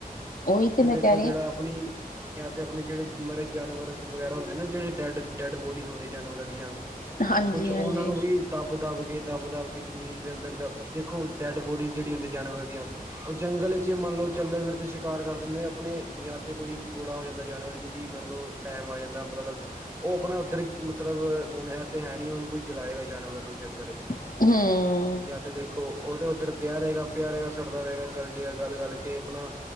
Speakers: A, on the left (about 65°); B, on the right (about 20°).
A: ਉਹੀ
B: ਕਿਉਂਕਿ
A: ਤੇ ਮੈਂ
B: ਦੇਖੋ
A: ਕਹਿ ਰਹੀ
B: ਜਿਹੜਾ
A: ਹਾਂ
B: ਆਪਣੀ ਜਾਂ ਤੇ ਆਪਣੇ ਜਿਹੜੇ ਮਰੇ ਜਾਨਵਰ ਵਗੈਰਾ ਹੁੰਦੇ ਨਾ ਜਿਹੜੇ ਡੈਡ ਡੈਡ ਬੋਡੀਜ਼ ਹੁੰਦੀਆਂ ਜਾਨਵਰਾਂ ਦੀਆਂ
A: ਹਾਂ ਹਾਂਜੀ
B: ਕੁਛ ਉਹਨਾਂ
A: ਹਾਂਜੀ
B: ਨੂੰ ਵੀ ਦੱਬ ਦੱਬ ਦੱਬ ਦੱਬ ਕੇ ਜ਼ਮੀਨ ਦੇ ਅੰਦਰ ਦੇਖੋ ਡੈਡ ਬੋਡੀਜ਼ ਜਿਹੜੀ ਹੁੰਦੀਆਂ ਜਾਨਵਰ ਦੀਆਂ ਉਹ ਜੰਗਲ ਚ ਮੰਨ ਲਓ ਚੱਲਦੇ ਫਿਰਦੇ ਕਾਰ ਕਰ ਦਿੰਦੇ ਆਪਣੇ ਜਾਂ ਤੇ ਕੋਈ ਬੁੜਾ ਹੋ ਜਾਂਦਾ ਜਾਨਵਰ ਜਿਹਦੀ ਮਤਲਬ ਟੈਮ ਆ ਜਾਂਦਾ ਮਤਲਬ ਉਹ ਆਪਣਾ ਉੱਧਰ ਮਤਲਬ ਹੁਣ ਇਹ ਤੇ ਹੈ ਨੀ ਹੁਣ ਕੋਈ ਜਲਾਏਗਾ ਜਾਨਵਰ ਨੂੰ ਜੰਗਲ ਵਿੱਚ
A: ਹੂੰ
B: ਜਾਂ ਤੇ ਦੇਖੋ ਉਹ ਤੇ ਉੱਧਰ ਪਿਆ ਰਹੇਗਾ ਪਿਆ ਰਹੇਗਾ ਸੜਦਾ ਰਹੇਗਾ ਗੱਲ ਜੇ ਗੱਲ ਗੱਲਕੇ ਆਪਣਾ